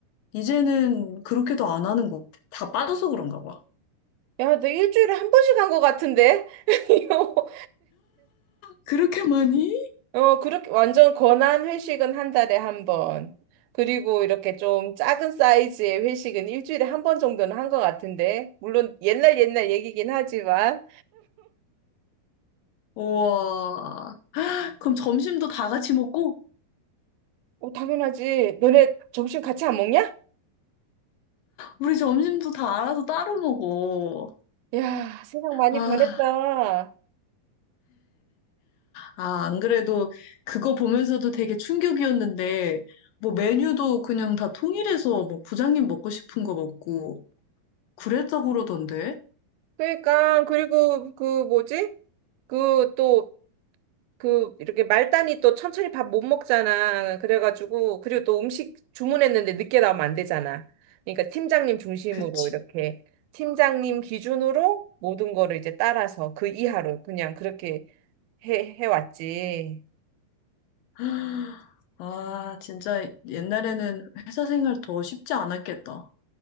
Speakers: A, on the left; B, on the right.
A: 이제는 그렇게도 안 하는 것 같아. 다 빠져서 그런가 봐.
B: 야, 너 일주일에 한 번씩 한 것 같은데? <laughs> 이거 뭐
A: 그렇게 많이?
B: 어, 그렇게 완전 권한 회식은 한 달에 한 번. 그리고 이렇게 좀 작은 사이즈의 회식은 일주일에 한 번 정도는 한 것 같은데. 물론 옛날 옛날 얘기긴 하지만.
A: 우와. 그럼 점심도 다 같이 먹고,
B: 어, 당연하지. 너네 점심 같이 안 먹냐?
A: 우리 점심도 다 알아서 따로 먹어.
B: 야, 세상 많이
A: 아.
B: 변했다.
A: 아, 안 그래도 그거 보면서도 되게 충격이었는데, 뭐 메뉴도 그냥 다 통일해서 뭐 부장님 먹고 싶은 거 먹고 그랬다고 그러던데?
B: 그러니까, 그리고 그 뭐지? 그또 그 이렇게 말단이 또 천천히 밥 못 먹잖아. 그래가지고 그리고 또 음식 주문했는데 늦게 나오면 안 되잖아. 그러니까 팀장님 중심으로
A: 그치.
B: 이렇게 팀장님 기준으로 모든 거를 이제 따라서 그 이하로 그냥 그렇게 해 해왔지.
A: <gasps> 아, 진짜 옛날에는 회사 생활 더 쉽지 않았겠다.